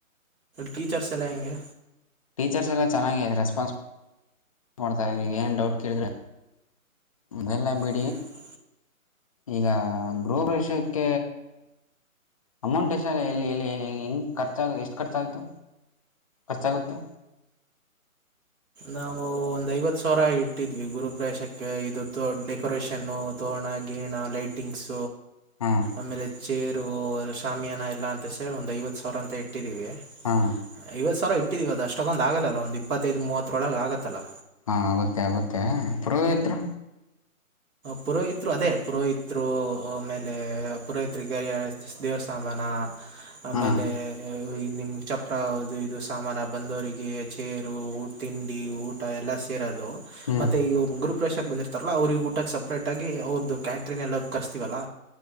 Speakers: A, on the right; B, on the left.
A: ಟೀಚರ್ಸ್ ಎಲ್ಲಾ ಹೆಂಗೆ
B: ಟೀಚರ್ಸ್ ಎಲ್ಲ ಚನ್ನಾಗಿದಾರೆ ರಿಸೊನ್ಪಾನ್ಸಿ ನೋಡ್ತಾಗ ಏನ್ ಡೌಟ್ ಕೇಳಿದ್ರೆ ಮಗೆಲ್ಲ ಬಿ
A: ಹ್ಮ್
B: ಈಗ ಗೃಹಪ್ರವೇಶಕ್ಕೆ ಅಮೌಂಟ್ ಎಷ್ಟರ್ ಎಲ್ಲಿ ಎಲ್ಲಿ ಹೆಂಗೆ ಖರ್ಚಾಗ ಎಷ್ಟು ಖರ್ಚಾಯಿತು ಖರ್ಚಾಗುತ್ತೆ
A: ನಾವು ಒಂದ್ ಐವತ್ ಸಾವಿರ ಇಟ್ಟಿದ್ವಿ ಗುರುಪ್ರವೇಶಕ್ಕೆ ಇದು ಡೆಕೋರೇಷನ್ನು ತೋಣ ಗಿಣ ಲೈಟಿಂಗ್ಸ
B: ಹಾಂ
A: ಆಮೇಲೆ ಚೇರ್ ಇ ಶಾಮಿಯನ ಇಲ್ಲಾ ಅಂತ ಹೇಳಿ ಒಂದ್ ಐವತ್ ಸಾವಿರ ಅಂತ ಇಟ್ಟಿದೀವಿ
B: ಹಾಂ
A: ಐವತ್ತು ಸಾವಿರ ಇಟ್ಟಿದೀವಿ ಅದು ಅಷ್ಟೊಂದು ಆಗೋಲ್ಲಲ್ಲ ಒಂದು ಇಪ್ಪತ್ತೈದು ಮೂವತ್ತರೊಳಗೆ ಆಗತ್ತಲ್ಲ
B: ಹಾಂ ಆಗುತ್ತೆ ಆಗುತ್ತೆ ಪುರೋಹಿತರು
A: ಪುರೋಹಿತ್ರು ಅದೇ ಪುರೋಹಿತರು ಮೇಲೆ ಪುರೋಹಿತ್ರಿಗೆ ದೇವ್ರ ಸಾಮಾನ ಆಮೇಲೆ
B: ಹಾಂ
A: ನಿಮ್ ಚಪ್ರ ಅದು ಇದು ಸಾಮಾನ ಬಂದವರಿಗೆ ಚೇರು ಊಟ ತಿಂಡಿ ಊಟ ಎಲ್ಲ ಸೇರಿ ಅದು
B: ಹ್ಞೂ
A: ಮತ್ತೆ ಈ ಗೃಹಪ್ರವೇಶಕ್ಕೆ ಬಂದಿರ್ತಾರಲ್ಲ ಅವ್ರಗ ಊ ಊಟಕ್ಕೆ ಸಪ್ರೇಟಾಗಿ ಅವ್ರದ್ದು ಕ್ಯಾಟ್ರಿನ್ ಎಲ್ಲ ಕರ್ಸ್ತೀವಲ್ಲ